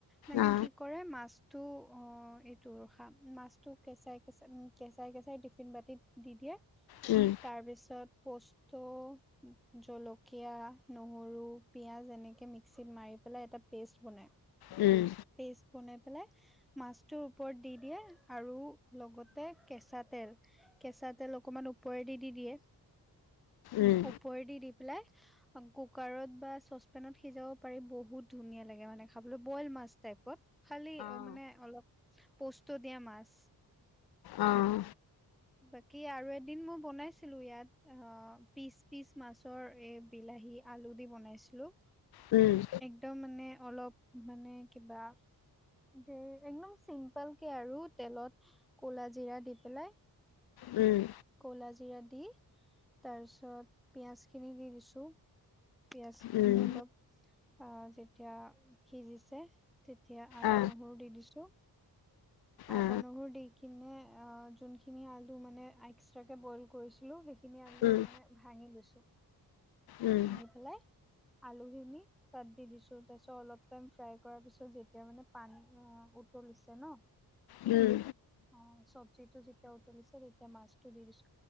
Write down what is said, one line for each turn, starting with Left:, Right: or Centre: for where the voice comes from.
Centre: মানে
Left: অ
Centre: কি- কৰে, মাছটো অঁহ এইটো ৰখা, মাছ- টো কেঁচাই কেচাঁই উম' কেঁচাই কেঁচাই টিফিন বাতিত দি দিয়ে।
Left: উম'।
Centre: তাৰপিছত পোষ্ট- তো, জলকীয়া, নহৰু, পিঁয়াজ এনেকে মিক্সিত মাৰি পেলাই এটা- পেষ্ট বনায়।
Left: উম'।
Centre: পেষ্ট বনাই পেলাই, মাছটো ওপৰত দি দিয়ে, আৰু- লগতে কেঁচা তেল, কেঁচা তেল অকমান ওপৰেদি দি দিয়ে।
Left: উম
Centre: ওপৰেদি দি পেলাই- কুকাৰত বা চচপেনত সিজাব পাৰি, বহুত ধুনীয়া লাগে মানে খাবলৈ বইল মাছ টাইপত। খালি অ মানে অলপ পস্তো দিয়া মাছ।
Left: অঁ'।
Centre: বাকী আৰু এদিন মই বনাইছিলো ইয়াত, অঁ পিচ পিচ মাছৰ এই- বিলাহী আলু দি বনাইছিলোঁ।
Left: উম'।
Centre: তেও মানে অলপ মানে কিবা- ধেৰ একদম চিম্পল কে আৰু তেলত কোলা জিৰা দি পেলাই-
Left: উম।
Centre: ক'লা জিৰা দি তাৰ পিছত পিয়াজ খিনি দি দিছো। পিয়াঁজ খিনি
Left: উম
Centre: অলপ আহ যেতিয়া সিজিছে, - তেতিয়া আদা
Left: অ
Centre: নহৰু দি দিছো। আদা
Left: অ
Centre: নহৰু দি কিনে অঁ যোনখিনি আলু মানে এক্সট্ৰাকে বইল কৰিছিলো সেই- খিনি আলু
Left: উম
Centre: মানে ভাঙি লৈছো,
Left: উম
Centre: ভাঙি পেলাই আলুখিনি- তাত দি দিছো, তাৰপিছত অলপ টাইম ফ্ৰাই কৰাৰ পিছত যেতিয়া মানে পানী উতলিছে ন, -
Left: উম'।
Centre: অঁ চব্জিটো যেতিয়া উতলিছে তেতিয়া মাছটো দি দিছো।